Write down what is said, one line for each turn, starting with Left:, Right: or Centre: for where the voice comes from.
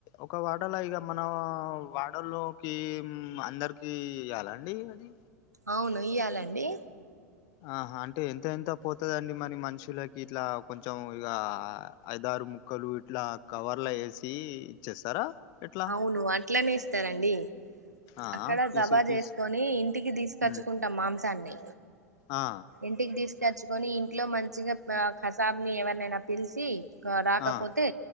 Left: ఒక వాటలా ఇగ మన వాడల్లోకి మ్ అందరికి ఇయ్యాల అండి అది
Right: అవును ఇయ్యాలండి
Left: ఆ అంటే ఎంత ఎంత పోతదండి మరి మనుషులకి ఇట్లా కొంచెం ఇగ ఐద ారు ముక్కలు ఇట్లా కవర్ లా వేసి ఇచ్చేస్తారా ఎట్లా
Right: అవును అట్లనే ఇస్తారండి
Left: ఆ
Right: అక్కడ
Left: పీసులు
Right: జభా చేసుకొని
Left: పీస్
Right: ఇంటికి తీసుకచ్చుకుంటాం
Left: ఉమ్
Right: మాంసాన్ని
Left: ఆ
Right: ఇంటికి దిస్ కచ్చుకొని ఇంట్లో మంచిగా కసాబ్ ని ఎవరినైనా పిలిచి రాకపోతే
Left: ఆ